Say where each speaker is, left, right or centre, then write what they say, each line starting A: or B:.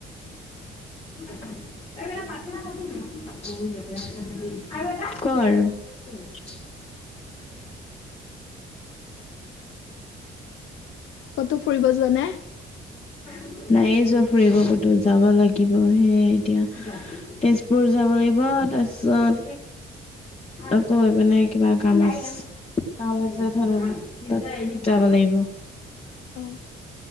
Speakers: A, on the left; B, on the left.
A: <inaudible> <unintelligible> কৰ <unintelligible>
B: ক'তো ফুৰিব যোৱানাই?
A: নাই <unintelligible> নায়ে যোৱা ফুৰিব ক'তো যাব লাগিব সে এতিয়া তেজপুৰ যাব লাগিব। <unintelligible> তাৰপিছত আকৌ মানে কিবা কাম আছে। কাম আছে ধ ল তাত যাব লাগিব <unintelligible>
B: অ